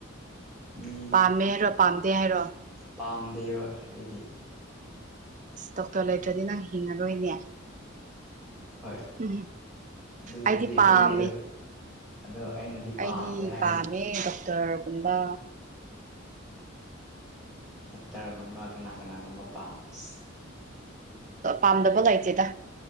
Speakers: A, in the centre; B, on the right.
A: ꯃꯤ
B: ꯄꯥꯝꯃꯦ ꯍꯥꯏꯔꯣ ꯄꯥꯝꯗꯦ ꯍꯥꯏꯔꯣ
A: ꯄꯥꯝꯗꯦꯕ ꯑꯩꯗꯤ
B: ꯗꯣꯛꯇꯔ ꯂꯩꯇ꯭ꯔꯗꯤ ꯅꯪ ꯍꯤꯡꯉꯔꯣꯏꯅꯦ
A: ꯍꯣꯏ
B: ꯎꯝ
A: ꯑꯗꯨꯕꯨꯗꯤ
B: ꯑꯩꯗꯤ ꯄꯥꯝꯃꯦ
A: ꯑꯗꯨꯅꯤ ꯑꯗꯣ ꯑꯗꯣ ꯑꯩꯅꯗꯤ
B: ꯑꯩꯗꯤ
A: ꯄꯥꯝꯗꯦ ꯍꯥꯏꯕꯅꯤ
B: ꯄꯥꯝꯃꯦ ꯗꯣꯛꯇꯔꯒꯨꯝꯕ
A: ꯗꯣꯛꯇꯔꯒꯨꯝꯕ ꯀꯅꯥ ꯀꯅꯥꯒꯨꯝꯕ ꯄꯥꯝꯕꯁ
B: ꯄꯥꯝꯗꯕ ꯂꯩꯇꯦꯗ